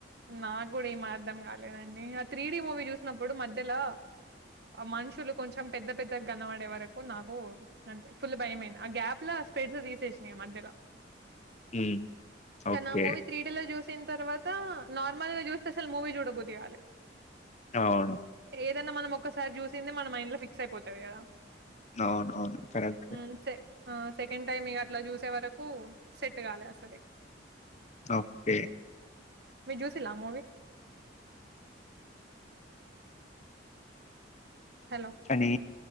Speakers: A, on the right; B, on the left.
A: నా కూడా ఏమ అర్థం కాదు లేదండి ఆ త్రీడీ మూవీ చూసినప్పుడు మధ్యలో మనుషులు కొంచెం పెద్ద పెద్ద గనపడే వరకు నాకు ఫుల్ భయయింది ఆ గ్యాప్లా స్పెడ్స్ తీసేసినాయి మధ్యలో
B: హ్మ్.
A: కానా
B: ఓకే.
A: మూవీ త్రీడి లో చూసి న తరువాత త నార్మల్గా చూస్తే అసలు మూవీ చూడక బుద్ధి గాలే
B: అవును
A: ఏదన్న మనం ఒకసారి చూసింది మన మైండ్ లో ఫిక్స్ అయిపోతది కదా
B: అవునవును కరెక్టే
A: హ్మ్. సె ఆ సెకండ్ టైమ్ ఇక అట్లా చూసే వరకు సెట్ కాలే అసలు సరే
B: ఓకే
A: మిర్జుసిల్లా మూవీ హలో!
B: అ అధి